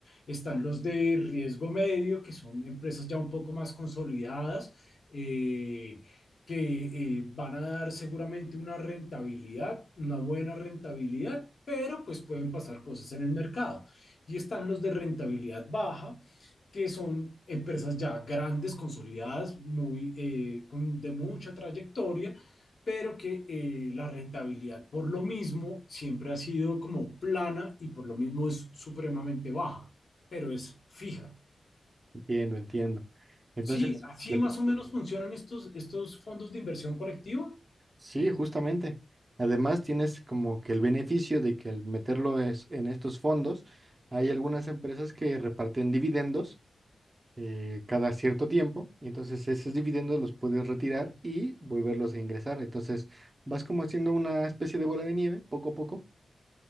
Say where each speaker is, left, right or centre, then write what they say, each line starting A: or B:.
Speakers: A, on the left; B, on the right.
A: Están los de riesgo medio, que son empresas ya un poco más consolidadas, eh, que eh, van a dar seguramente una rentabilidad, una buena rentabilidad, pero pues pueden pasar cosas en el mercado. Y están los de rentabilidad baja, que son empresas ya grandes, consolidadas, muy, eh, con, de mucha trayectoria, pero que eh, la rentabilidad por lo mismo siempre ha sido como plana y por lo mismo es supremamente baja, pero es fija.
B: Entiendo, entiendo. Entonces,
A: Sí, así
B: plati-
A: más o menos funcionan estos, estos fondos de inversión colectiva.
B: Sí, justamente. Además, tienes como que el beneficio de que al meterlo es- en estos fondos, hay algunas empresas que reparten dividendos eh, cada cierto tiempo, y entonces esos dividendos los puedes retirar y volverlos a ingresar. Entonces, vas como haciendo una especie de bola de nieve poco a poco.